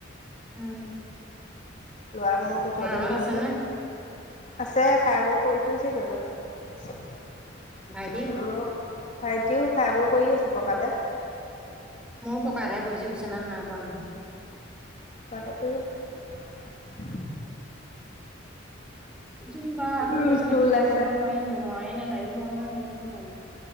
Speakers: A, in the centre; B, on the left (about 40°).
A: উম
B: লৰাক মই কোচতহে
A: মাহঁত
B: লৈ গৈছো
A: আছে নে
B: আছে খাই বৈ শুইছেগে অকমান।
A: ভাইটি
B: অ, ভাইটিও খাই বৈ পৰি আছে পকাতে।
A: মই পকাত হে পৰিছো বিচনাত নাই পৰা নহয়।
B: পকাতে পৰি
A: যোন বা হতৰ
B: ৰ'দটো
A: ল'ৰা ছোৱালী পৰীক্ষা
B: ওলাইছে
A: খবৰ লোৱাই নাই মই তাইয়ো মৰা নাই মইও মৰা নাই।